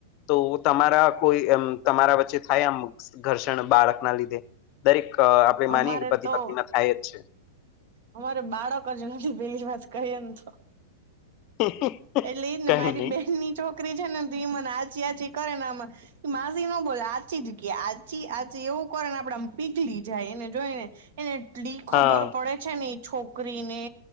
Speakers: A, on the left; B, on the right.
A: તો તમારા કોઈ એમ તમારા વચ્ચે થાય આમ. ઘર્ષણ બાળકના લીધે દરેક અ આપડે
B: અમારે
A: માનીયે કે પતિ
B: તો
A: પત્નીમાં થાય જ છે.
B: અમારે બાળક જ નથી પેલી વાત કઈએ ન તો.
A: <inaudible>
B: એટલે એજ ને મારી
A: નહી
B: બેન ની છોકરી છે ને તો ઈ મને આચી આચી કરે નામાં માસી ન બોલે આચી જ કે આચી, આચી એવું કરે ને આપડે આમ પીગલી જાય એને જોઈને. એને એટલી ખબર
A: હા
B: પડે છે ને એ છોકરીને